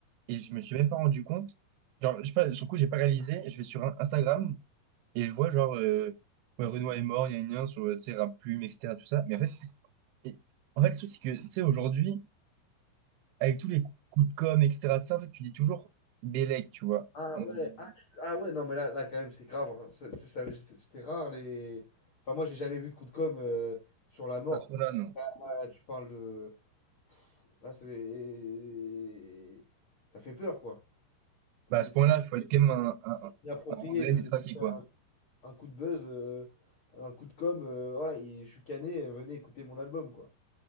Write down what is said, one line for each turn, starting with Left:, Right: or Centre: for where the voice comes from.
Right: Et je me suis même pas rendu compte. Genre, je sais pas, sur le coup, j'ai pas réalisé. Je vais sur un- Instagram et je vois, genre, euh, ouais, Renoir est mort, il y a une lien sur, euh, tu sais, Rap Plume, etc., tout ça. Mais en fait, Et en fait, le truc, c'est que, tu sais, aujourd'hui, avec tous les coups de com', etc., de ça, en fait, tu dis toujours Bélec, tu vois.
Left: Ah
Right: En mode,
Left: ouais,
Right: euh,
Left: ah, ah ouais, non, mais là, là quand même, c'est grave. hein. C'est c'est- ça- c'est- c'est rare les. Enfin, moi, j'ai jamais vu de coup de com' euh, sur la mort,
Right: à ce point-là,
Left: quoi. C'est-
Right: non.
Left: c'est- Là, là, là, tu parles de. Là, c'est. Ça fait peur, quoi. C'est
Right: Bah, à ce
Left: c'est-
Right: point-là,
Left: c'est
Right: il faut être quand même un, un,
Left: inapproprié
Right: un, un vrai
Left: de,
Right: détraqué,
Left: de faire.
Right: quoi.
Left: un coup de buzz, euh, un coup de com, euh, ouais, il- je suis cané, euh, venez écouter mon album, quoi.